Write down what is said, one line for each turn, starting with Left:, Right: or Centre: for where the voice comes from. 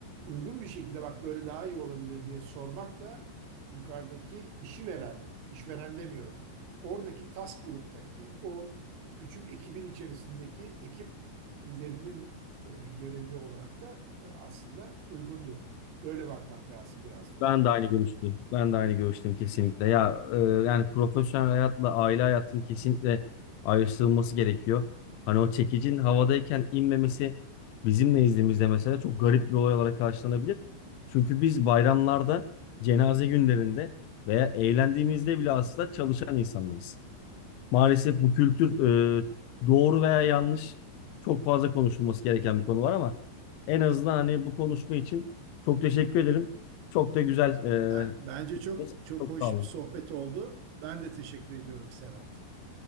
Right: uygun bir şekilde bak böyle daha iyi olabilir diye sormak da yukarıdaki işi veren, işveren demiyorum. Oradaki task gruptaki o küçük ekibin içerisindeki ekip liderinin e, görevi olarak da e, aslında uygundur. Böyle bakmak lazım biraz da olaylara
Left: Ben de aynı
Right: tabii.
Left: görüşteyim. Ben de aynı görüşteyim kesinlikle. Ya e, yani profesyonel hayatla aile hayatının kesinlikle ayrıştırılması gerekiyor. Hani o çekicin havadayken inmemesi bizim nezdimizde mesela çok garip bir olay olarak karşılanabilir. Çünkü biz bayramlarda, cenaze günlerinde veya eğlendiğimizde bile aslında çalışan insanlarız. Maalesef bu kültür e, doğru veya yanlış çok fazla konuşulması gereken bir konu var ama en azından hani bu konuşma için çok teşekkür ederim. Çok da güzel.
Right: Ben,
Left: e,
Right: ben- bence çok çok
Left: çok
Right: hoş
Left: sağ olun.
Right: bir sohbet oldu. Ben de teşekkür ediyorum Serhat.